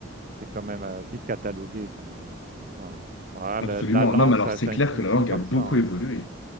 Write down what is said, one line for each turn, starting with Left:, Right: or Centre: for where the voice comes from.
Right: t'es quand même euh, vite catalogué quand même. hein. Ouais. Voilà,
Left: Absolument.
Right: la, la langue,
Left: Non, mais alors
Right: ça,
Left: c'est
Right: ça
Left: clair
Right: a une fonction
Left: que la langue
Right: comme
Left: a beaucoup
Right: ça. hein.
Left: évolué.